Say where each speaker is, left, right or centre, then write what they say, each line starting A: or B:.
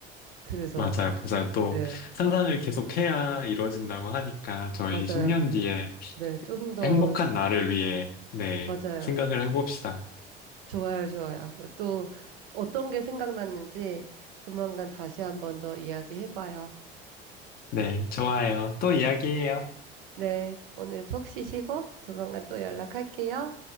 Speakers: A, on the right; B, on the left.
A: 그래서,
B: 맞아요, 맞아요. 또
A: 네.
B: 상상을 계속해야 이루어진다고 하니까 저희
A: 맞아요.
B: 10년 뒤에
A: 네. 좀 더,
B: 행복한 나를 위해, 네,
A: 맞아요.
B: 생각을 해봅시다.
A: 좋아요, 좋아요. 또 어떤 게 생각났는지 조만간 다시 한번 더 이야기해봐요.
B: 네, 좋아요. 또 이야기해요.
A: 네, 오늘 푹 쉬시고 조만간 또 연락할게요.